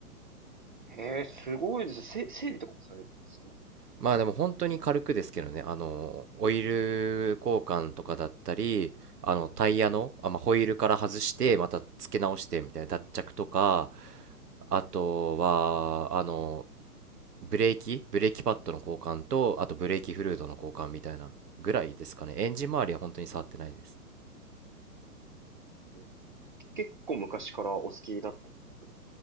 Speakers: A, on the right; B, on the right.
A: へえ、すごいですね。せ、整備とかもされるんですね。
B: まあでも本当に軽くですけどね、あの、オイル交換とかだったり、あの、タイヤの、あ、まあ、ホイールから外して、また付け直してみたいな脱着とか、あとは、あの、ブレーキ、ブレーキパッドの交換と、あとブレーキフルードの交換みたいなぐらいですかね。エンジン周りは本当に触ってないです。
A: うんうん結構昔からお好きだったんですか車